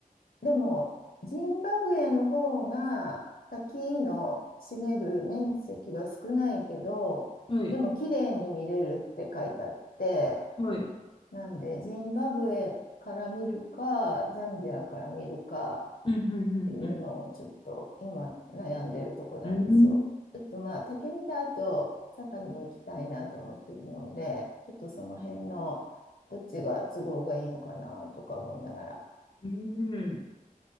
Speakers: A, on the left (about 80°); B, on the left (about 35°).
A: でも、ジンバブエの方が滝の占める面積は少ないけど、
B: はい。
A: でも綺麗に見れるって書いてあって、
B: はい。
A: なんで、ジンバブエから見るか、ザンビアから見るか
B: うん。うん。
A: っていうのをちょっと今悩んでるとこなんですよ。
B: うん。うん。
A: ちょっとまあ、滝見た後、サファリも行きたいなと思ってるので、ちょっとその辺のどっちが都合がいいのかなとか思いながら。
B: うんうん